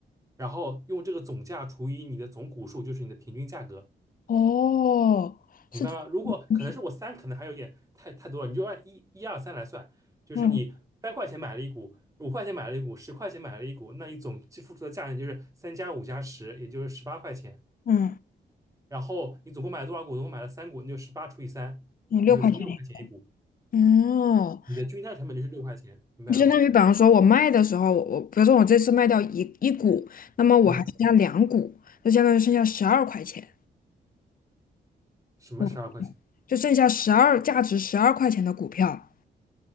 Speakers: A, on the right; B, on the left.
A: 然后用这个总价除以你的总股数，就是你的平均价格，
B: 哦，
A: 明白吗？
B: 是这样平
A: 如果可能是我三，可能还有点太太多了，你就按一、一二三来算，就是你三块钱买了一股，
B: 嗯
A: 五块钱买了一股，十块钱买了一股，那你总计付出的价钱就是三加五加十，也就是十八块钱。
B: 嗯
A: 然后你总共买了多少股？总共买了三股，你就十八除以三，
B: 嗯，
A: 你就是六块钱一股，
B: 六块钱一个。哦，
A: 你的均摊成本就是六块钱，明白了吗？
B: 就相当于，比方说，我卖的时候，我比如说我这次卖掉一一股，那么我还剩下两股，
A: 嗯，
B: 就相当于剩下十二块钱，
A: 什么十二块钱？
B: 嗯就剩下十二价值十二块钱的股票。